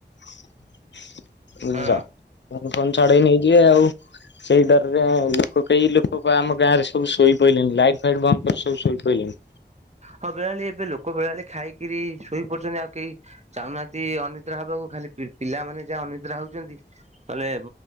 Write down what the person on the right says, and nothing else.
ହଁ
ହଁ ବେଲାବେଲି ଏବେ ଲୋକ ବେଳାବେଲି ଖାଇକିରି ଶୋଇ ପଡୁଛନ୍ତି ଆଉ କେହି ଚାହୁଁନାହାନ୍ତି ଅନିଦ୍ରା ହବାକୁ ଖାଲି ପିଲାମାନେ ଯାହା ଅନିଦ୍ରା ହଉଛନ୍ତି ନହଲେ